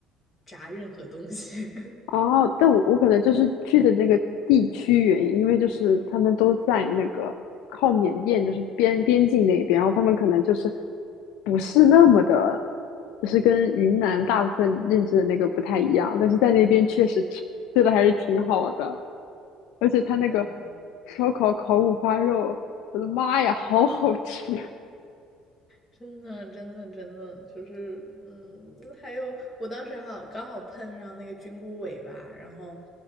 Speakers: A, on the left; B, on the left.
A: 炸任何东西。<laughs>
B: 啊。但我我可能就是去的那个地区原因，因为就是他们都在那个靠缅甸，就是边边境那边，然后他们可能就是不是那么的，就是跟云南大部分认知的那个不太一样，但是在那边确实吃吃的还是挺好的，而且他那个
A: 真的，
B: 烧烤烤五花肉，我的妈呀，好好吃！
A: 真的，真的，真的，就是，嗯，还有，我当时还好刚好碰上那个菌菇尾巴，然后